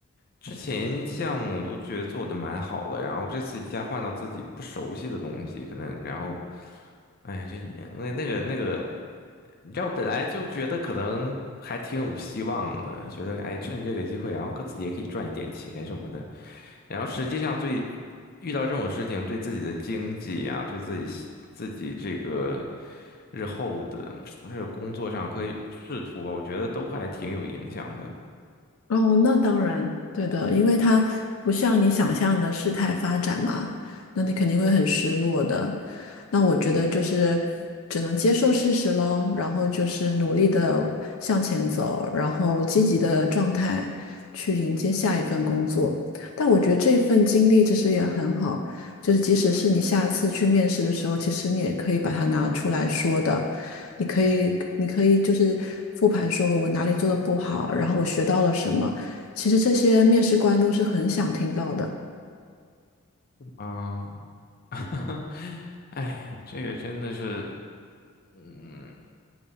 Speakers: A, on the left; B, on the left.
A: 之前项目都觉得做的蛮好的，然后这次一下换到自己不熟悉的东西，可能然后，哎，这也那那个那个，你知道本来就觉得可能还挺有希望的，觉得哎趁这个机会，然后可自己也可以赚一点钱什么的，然后实际上最遇到这种事情，对自己的经济啊，对自己西自己这个日后的 <tsk> 这个工作上可以仕途吧，我觉得都还挺有影响的
B: 哦，那当然，对的，因为它不像你想象的事态发展嘛，那你肯定会很失落的。那我觉得就是只能接受事实喽，然后就是努力的向前走，然后积极的状态去迎接下一份工作。但我觉得这份经历其实也很好，就是即使是你下次去面试的时候，其实你也可以把它拿出来说的，你可以，你可以就是复盘说我哪里做的不好，然后我学到了什么，其实这些面试官都是很想听到的。
A: 啊。<laughs> 哎呀，这个真的是，嗯，